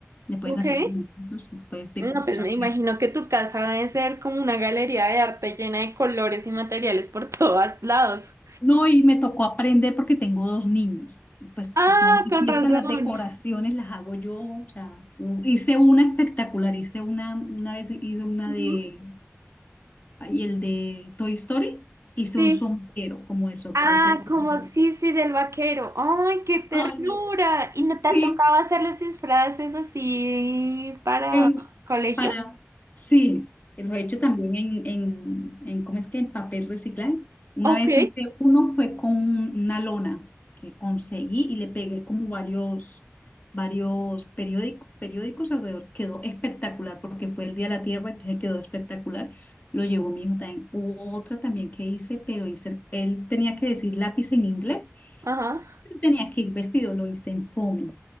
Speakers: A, on the left; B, on the right.
A: Le puedes
B: Ok.
A: hacer dibujitos, puedes decupar
B: No, pues me imagino que tu casa debe ser como una galería de arte llena de colores y materiales por <laughs> todos lados.
A: No, y me tocó aprender porque tengo dos niños. Y pues
B: Ah,
A: todas las
B: con
A: fiestas,
B: razón.
A: las decoraciones las hago yo. O sea, u- hice una espectacular, hice una, una vez hice una
B: Ujú,
A: de, y el de Toy Story, hice
B: Sí.
A: un sombrero como de sorpresa
B: Ah,
A: de sombrero.
B: como sí, sí, del vaquero. ¡Ay, qué ternura!
A: Ay,
B: ¿Y no te
A: sí.
B: ha tocado hacerles disfraces así para
A: En,
B: colegio?
A: para, sí, lo he hecho también en, en, en, ¿cómo es que? En papel reciclable. Una
B: Ok.
A: vez hice uno, fue con una lona que conseguí y le pegué como varios, varios periódicos, periódicos alrededor. Quedó espectacular porque fue el Día de la Tierra, entonces quedó espectacular. Lo llevó mi hijo también. Hubo otra también que hice, pero hice, él tenía que decir lápiz en inglés,
B: Ajá.
A: pero tenía que ir vestido, lo hice en foamy,